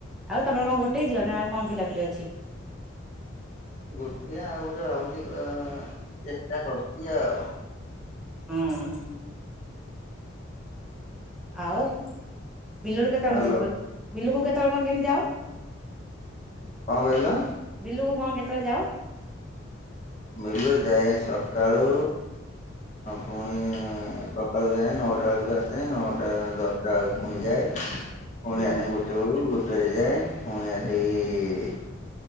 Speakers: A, in the centre; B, on the left.
A: ଆଉ ତମର କଣ ଗୋଟେ ଝିଅ ନା ଆଉ କଣ ପିଲାପିଲି ଅଛି।
B: ଗୋଟେ ଆଉ ଗୋଟେ ଭାବୁଛି ଆଉ ଉ ଚେଷ୍ଟା କରୁଛି ଆଉ।
A: ହୁଁ। ଆଉ ବିଲୁରୁ କେତେବେଳେ
B: ହ୍ୟାଲୋ
A: ବି ବିଲୁକୁ କେତେବେଳେ କଣ କେମିତି ଯାଅ।
B: କଣ କହିଲ।
A: ବିଲୁକୁ କଣ କେତେବେଳେ ଯାଅ।
B: ବିଲୁରୁ ଯାଏ ସକାଳୁ ପୁଣି ସକାଳୁ ଯାଏ ନଅଟା ବେଳକୁ ଆସେ ନଅଟା ଦଶଟା ବେଳକୁ ପୁଣି ଯାଏ। ପୁଣି
A: ହୁଁ
B: ଆସେ ଗୋଟେ ବେଳକୁ ଗୋଟେରେ ଯାଏ ପୁଣି ଆଜି ଇ